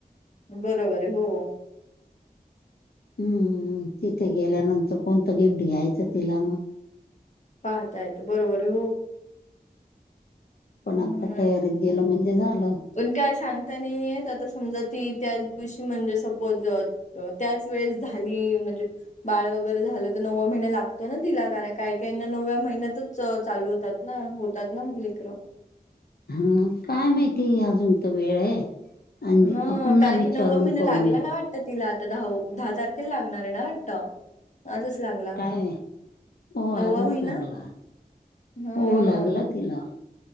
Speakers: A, on the left; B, on the left.
A: बरोबर आहे हो.
B: हम्म तिथे गेल्यानंतर कोणतं गिफ्ट द्यायचं तिला मग?
A: पाहता येतं बरोबर हो.
B: पण आपल्या
A: हम्म
B: तयारीत गेलो म्हणजे झालं.
A: पण काय सांगताना नाहीेत आता समजा ती त्या दिवशी म्हणजे सपोज त्याच वेळेस झाली म्हणजे बाळ वगैरे झालं तर नव्वा महिने लागतो ना तिला कारण काही काहीना नवव्या महिन्यातच चालू होतात ना होतात ना मुलीक्र.
B: हा काय माहिती अजून तर वेळ आहे. आंगी
A: हा
B: आ पुन्हा
A: कारण की
B: विचारून
A: नववा महिना
B: पाहू.
A: लागला ना वाटतं तिला आता दहाव दहा तारखेला लागणार आहे ना वाटतं? आजच लागला
B: काय हो आजच
A: नव्वा महिना.
B: लागला.
A: हा
B: हो लागला तिला.